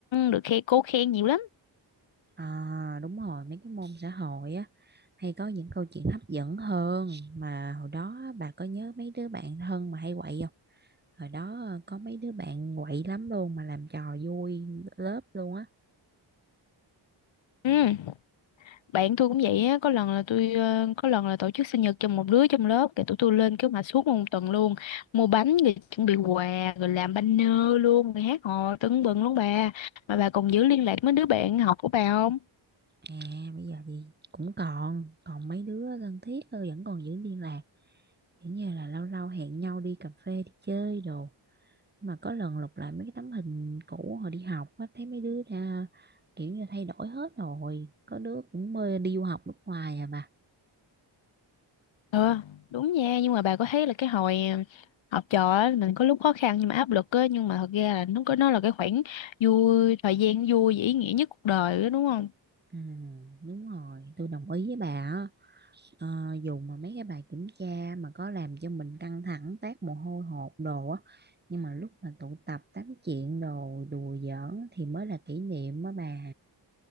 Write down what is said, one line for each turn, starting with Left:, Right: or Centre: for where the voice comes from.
Left: được khen cô khen nhiều lắm.
Right: À, đúng rồi, mấy cái môn xã hội á hay có những câu chuyện hấp dẫn hơn mà hồi đó á, bà có nhớ mấy đứa bạn thân mà hay quậy không? Hồi đó ờ, có mấy đứa bạn quậy lắm luôn mà làm trò vui lớp luôn á.
Left: Ừ. Bạn tôi cũng vậy á, có lần là tôi ờ, có lần là tổ chức sinh nhật cho một đứa trong lớp, cái tụi tôi lên kế hoạch suốt một tuần luôn, mua bánh rồi chuẩn bị quà rồi làm banner luôn, rồi hát hò tưng bừng luôn bà. Mà bà còn giữ liên lạc với đứa bạn học của bà không?
Right: À bây giờ thì cũng còn còn mấy đứa thân thiết thôi, vẫn còn giữ liên lạc. Chỉ như là lâu lâu hẹn nhau đi cà phê đi chơi đồ. Nhưng mà có lần lục lại mấy cái tấm hình cũ hồi đi học á thấy mấy đứa ra kiểu như thay đổi hết rồi. Có đứa cũng mê đi du học nước ngoài à bà
Left: Ừ, đúng nha, nhưng mà bà có thấy là cái hồi ờ, học trò á, mình có lúc khó khăn nhưng mà áp lực á, nhưng mà thật ra là nó có nó là cái khoảng vui, thời gian vui và ý nghĩa nhất cuộc đời đó, đúng không?
Right: Ừ, đúng rồi, tôi đồng ý với bà á. Ờ, dù mà mấy cái bài kiểm tra mà có làm cho mình căng thẳng, tát mồ hôi hột đồ á, nhưng mà lúc mà tụ tập tám chuyện đồ đùa giỡn thì mới là kỷ niệm á bà.